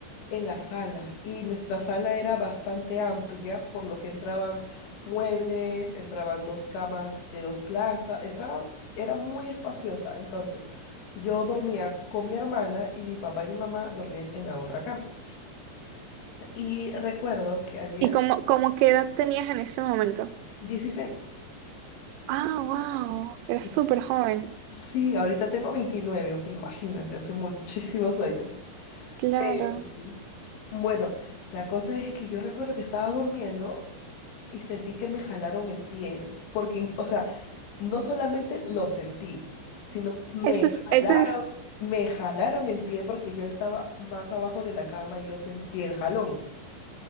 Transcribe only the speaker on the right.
<laughs>
¿Y cómo, cómo qué edad tenías en ese momento?
Ah, wow. Eras
súper joven.
Claro.
Eso es, eso
es.